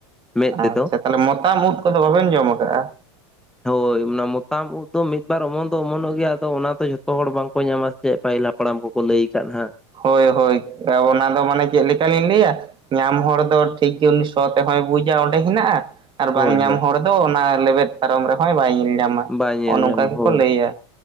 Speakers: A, in the centre; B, on the right.
A: ᱢᱮᱫ ᱛᱮᱫᱚ
B: ᱟᱪᱪᱷᱟ ᱛᱟᱦᱚᱞᱮ ᱢᱚᱛᱟᱢ ᱩᱫ ᱠᱚᱫᱚ ᱵᱟᱵᱮᱱ ᱡᱚᱢ ᱟᱠᱟᱟᱜ-ᱟ
A: ᱦᱳᱭ ᱚᱱᱟ ᱢᱚᱛᱟᱢ ᱩᱫ ᱫᱚ ᱢᱤᱫ ᱵᱟᱨ ᱚᱢᱚᱱ ᱫᱚ ᱚᱢᱚᱱᱚᱜ ᱜᱮᱭᱟ ᱟᱫᱚ ᱚᱱᱟ ᱫᱚ ᱡᱷᱚᱛᱚ ᱦᱚᱲ ᱵᱟᱝᱠᱚ ᱧᱟᱢᱟ ᱪᱮᱫ ᱯᱟᱹᱦᱤᱞ ᱦᱟᱯᱲᱟᱢ ᱠᱚᱠᱚ ᱞᱟᱹᱭ ᱟᱠᱟᱫ ᱦᱟᱸᱜ
B: ᱦᱳᱭ ᱦᱳᱭ ᱚᱱᱟ ᱫᱚ ᱢᱟᱱᱮ ᱪᱮᱫ ᱞᱮᱠᱟ ᱞᱤᱧ ᱞᱟᱹᱭᱟ ᱧᱟᱢ ᱦᱚᱲ ᱫᱚ ᱴᱷᱤᱠ ᱜᱮ ᱩᱱᱤ ᱥᱚ ᱛᱮᱦᱚᱸᱭ ᱵᱩᱡᱟ ᱚᱸᱰᱮ ᱦᱮᱱᱟᱜ-ᱟ ᱟᱨ
A: ᱦᱳᱭ
B: ᱵᱟᱝ ᱧᱟᱢ
A: ᱦᱳᱭ
B: ᱦᱚᱲ ᱫᱚ ᱚᱱᱟ ᱞᱮᱵᱮᱫ ᱯᱟᱨᱚᱢ ᱨᱮᱦᱚᱸᱭ ᱵᱟᱭ ᱧᱮᱞ ᱧᱟᱢᱟ
A: ᱵᱟᱭ ᱧᱮᱞ
B: ᱱᱚᱜᱚ ᱱᱚᱝᱠᱟ
A: ᱧᱟᱢᱟ
B: ᱜᱮᱠᱚ
A: ᱦᱳᱭ
B: ᱞᱟᱹᱭᱟ